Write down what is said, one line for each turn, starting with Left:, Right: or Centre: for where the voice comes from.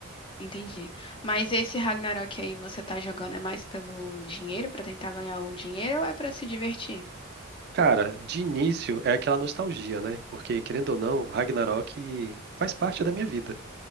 Left: entendi. Mas esse Ragnarok aí você tá jogando é mais pelo dinheiro, pra tentar ganhar algum dinheiro ou é pra se divertir?
Right: Cara, de início é aquela nostalgia, né? Porque, querendo ou não, Ragnarok faz parte da minha vida.